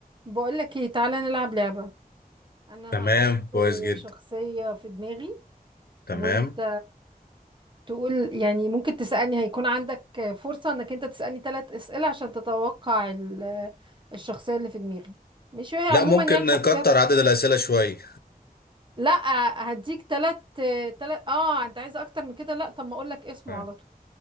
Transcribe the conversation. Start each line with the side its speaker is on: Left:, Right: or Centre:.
Right: بقولك ايه تعالى نلعب لعبة انا
Left: تمام
Right: هحط
Left: كويس جدا
Right: شخصية في دماغي
Left: تمام
Right: وانت تقول يعني ممكن تسألني هيكون عندك فرصة انك انت تسألني ثلاث اسئلة عشان تتوقع ال- الشخصية اللي في دماغي مش هي عموما
Left: لا ممكن
Right: يعني
Left: نكتر
Right: شخصيات
Left: عدد الأسئلة شوية
Right: لا هديك ثلاث ثلاث اه انت عايز اكتر من كده لا طب ما اقولك اسمه
Left: آه.
Right: على طول